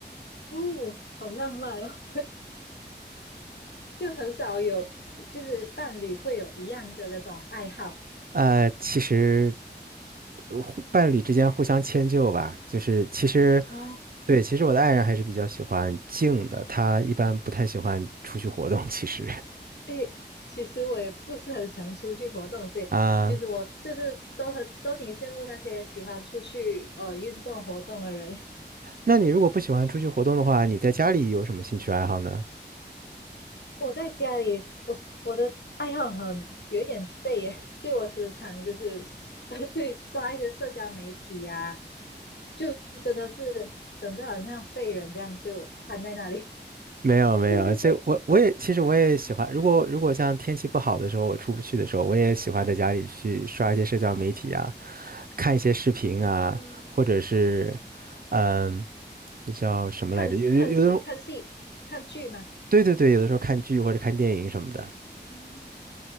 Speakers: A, on the left; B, on the right.
A: 哦，好浪漫哦！就很少有，就是伴侣会有一样的那种爱好。
B: 呃，其实呃互伴侣之间互相迁就吧，就是其实
A: 哦，
B: 对，其实我的爱人还是比较喜欢静的，她一般不太喜欢出去活动。其实
A: 哎，其实我也不是很想出去活动，所以其实我就是都很都挺羡慕那些喜欢出去呃运动活动的人。
B: <laughs> 啊，
A: <laughs>
B: 那你如果不喜欢出去活动的话，你在家里有什么兴趣爱好呢？
A: 我在家里，我是我的爱好很有一点废耶，就我时常就是 <laughs> 对刷一些社交媒体呀、就真的是整个好像废人这样就瘫在那里。
B: 没有没有，
A: <laughs> 对对对。
B: 这我我也其实我也喜欢，如果如果像天气不好的时候，我出不去的时候，我也喜欢在家里去刷一些社交媒体啊，看一些视频啊，
A: 嗯
B: 或者是嗯，那叫什么来着？
A: 看看看戏、
B: 有有有的时候。
A: 看剧吗？
B: 对对对，有的时候看剧或者看电影什么的
A: 嗯